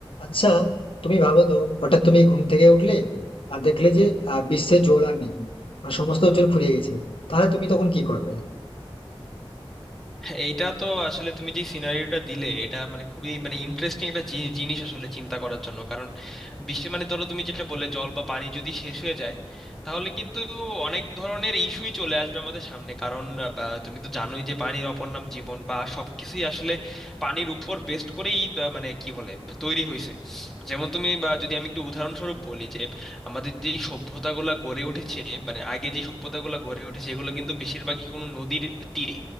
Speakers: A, on the left; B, in the centre.
A: আচ্ছা তুমি ভাবো তো হঠাৎ তুমি ঘুম থেকে উঠলে আর দেখলে যে আহ, বিশ্বে জল আর নেই মানে সমস্ত জল ফুরিয়ে গেছে তাহলে তুমি তখন কি করবে
B: হ্যাঁ, এইটা তো আসলে তুমি যে সিনারিওটা দিলে এটা মানে খুবই মানে ইন্টারেস্টিং একটা জি- জিনিস আসলে চিন্তা করার জন্য কারণ বিশ্বে মানে ধরো তুমি যেটা বললে জল বা পানি যদি শেষ হয়ে যায় তাহলে কিন্তু অনেক ধরনের ইস্যুই চলে আসবে আমাদের সামনে কারণ আহ, বা তুমি তো জানোই যে পানির অপর নাম জীবন বা সবকিছুই আসলে পানির উপর বেস্ট করেই আহ, মানে কি বলে তৈরি হয়েছে যেমন তুমি বা যদি আমি একটু উদাহরণস্বরূপ বলি যে আমাদের যে সভ্যতাগুলা গড়ে উঠেছে মানে আগে যে সভ্যতাগুলা গড়ে উঠেছে এগুলো কিন্তু বেশিরভাগই কোনো নদীর তীরে